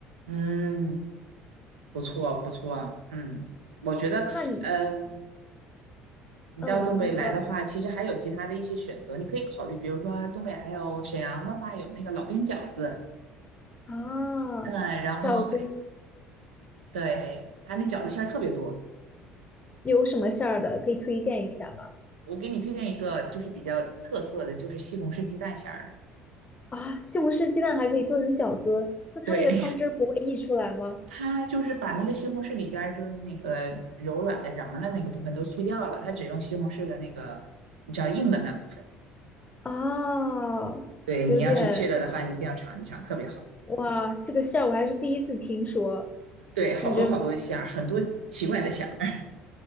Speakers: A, on the right; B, on the left.
A: 嗯，不错不错，嗯，我觉得，
B: 那你，
A: 呃，你到东北来的话，
B: 嗯，你说
A: 其实还有其他的一些选择，你可以考虑，比如说东北还有沈阳的话，有那个老边饺子，
B: 啊，
A: 嗯，然后还
B: 饺子
A: 对他那饺子馅儿特别多，
B: 有什么馅儿的可以推荐一下吗？
A: 我给你推荐一个，就是比较特色的，就是西红柿鸡蛋馅儿
B: 啊，西红柿鸡蛋还可以做成饺子，那它那个汤汁儿不会溢出来吗？
A: 的，对，<laughs> 它就是把那个西红柿里边儿就是那个柔软的瓤儿的那个部分都去掉了，它只用西红柿的那个，你知道硬的那部分，
B: 啊，
A: 对你要是去了的话，
B: 有点，
A: 你一定要尝一尝，特别好。
B: 哇，这个馅儿我还是第一次听说，
A: 对，好多好多馅儿，
B: 感觉
A: 很多奇怪的馅儿。<laughs>